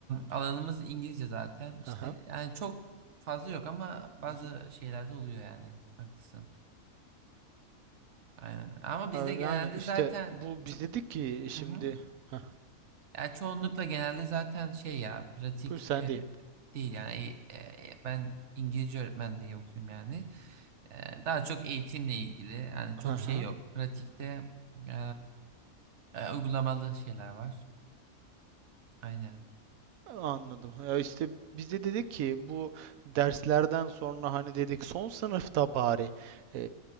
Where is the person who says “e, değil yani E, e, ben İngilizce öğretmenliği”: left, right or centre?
Right